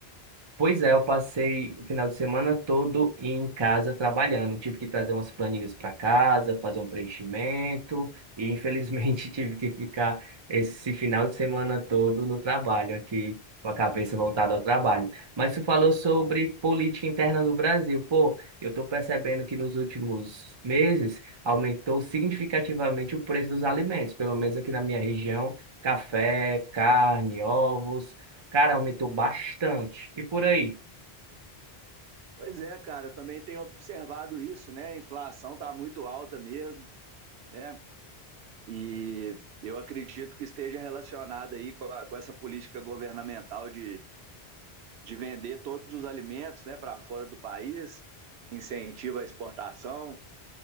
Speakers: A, on the right; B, on the right.
A: Pois é, eu passei o final de semana todo em casa trabalhando. Tive que trazer umas planilhas para casa, fazer um preenchimento e infelizmente <laughs> tive que ficar esse final de semana todo no trabalho aqui, com a cabeça voltada ao trabalho. Mas tu falou sobre política interna do Brasil. Pô, eu estou percebendo que nos últimos meses aumentou significativamente o preço dos alimentos, pelo menos aqui na minha região, café, carne, ovos Cara, aumentou bastante. E por aí?
B: Pois é, cara, eu também tenho observado isso, né? A inflação tá muito alta mesmo, né? E eu acredito que esteja relacionada aí com, a- com essa política governamental de, de vender todos os alimentos, né, para fora do país, incentiva a exportação.